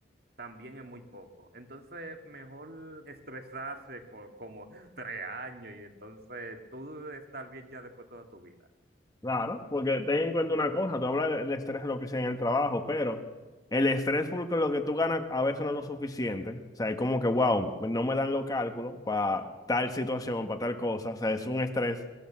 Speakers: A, on the right; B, on the left.
A: También es muy poco. Entonces, mejor estresarse por como tres años y entonces tú estar bien ya después toda tu vida.
B: Claro, porque ten en cuenta una cosa, tú hablas del estrés de lo que sea en el trabajo, pero el estrés porque lo que tú ganas a veces no es lo suficiente. O sea, es como que, wow, no me dan los cálculos para tal situación o para tal cosa. O sea, es un estrés